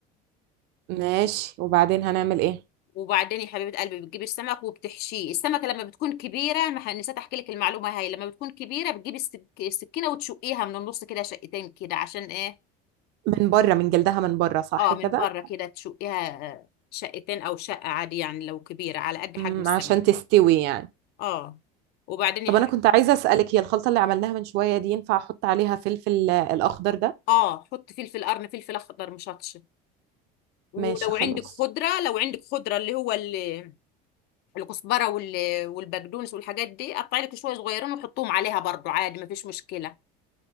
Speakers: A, on the right; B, on the left.
A: ماشي وبعدين هنعمل ايه
B: وبعدين يا حبيبة قلبي بتجيبي السمك وبتحشيه السمكة لما بتكون كبيرة ما ح- نسيت احكي لك المعلومة هاي لما بتكون كبيرة بتجيبي السك... السكينة وتشقيها من النص كده شقتين كده عشان ايه
A: من بره من جلدها من بره صح
B: اه
A: كده
B: من بره كده تشقيها آه، شقتين او شقة عادي يعني لو كبيرة على قد حجم
A: امم
B: السمك
A: عشان تستوي يعني
B: اه وبعدين
A: طب
B: يا حبيبة
A: انا كنت عايزه اسالك هي الخلطه اللي عملناها من شويه دي ينفع احط عليها فلفل آه، الاخضر ده
B: اه حط فلفل قرن فلفل اخضر مشطشط ولو
A: ماشي خلاص
B: عندك خضرة لو عندك خضرة اللي هو ال- الكزبرة وال... والبقدونس والحاجات دي قطعي لك شوية صغيرين وحطهم عليها برضو عادي ما فيش مشكلة